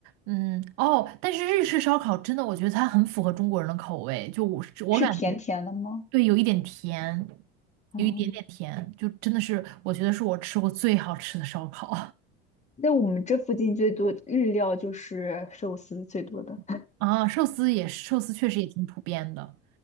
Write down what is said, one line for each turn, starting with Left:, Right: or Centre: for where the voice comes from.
Right: 嗯，哦，但是日式烧烤真的，我觉得它很符合中国人的口味，就我是我感觉，
Left: 是甜甜的吗？
Right: 对，有一点甜，
Left: 哦，
Right: 有一点点甜，就真的是我觉得是我吃过最好吃的烧烤
Left: 在我们这附近最多日料就是寿司最多的。
Right: <laughs>
Left: <laughs>
Right: 啊，寿司也是，寿司确实也挺普遍的。